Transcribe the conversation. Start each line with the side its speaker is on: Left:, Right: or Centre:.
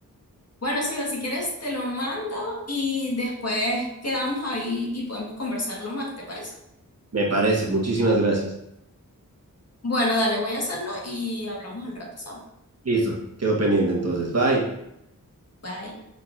Left: Bueno, Silvia, si quieres te lo mando y después quedamos ahí y podemos conversarlo más, ¿te parece?
Right: Me parece, muchísimas gracias.
Left: Bueno, dale, voy a hacerlo y hablamos al rato, ¿sabes?
Right: Listo, quedo pendiente entonces. Bye.
Left: Bye.